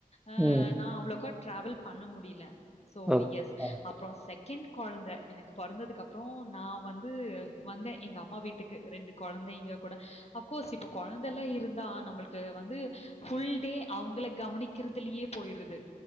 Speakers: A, on the left; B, in the centre.
A: ஆஹ்
B: ம்.
A: நான் அவ்வளோ க ட்ராவல் பண்ண முடியல சோ
B: ஓகே.
A: யஸ்
B: ஆ.
A: அப்ரோ செகண்ட் கெண் குழந்த எனக்கு பிறந்ததுக்குப்புறம் நான் வந்து வந்தேன் எங்க அம்மா வீட்டுக்கு ரெண்டு குழந்தை இங்க கூட அஃப்கோர்ஸ் இப்போ கெழந்தல்ல இருந்தா நம்மளுக்கு வந்து ஃபுல் டே அவங்கள கவனிக்கிறதுலயே போயிருது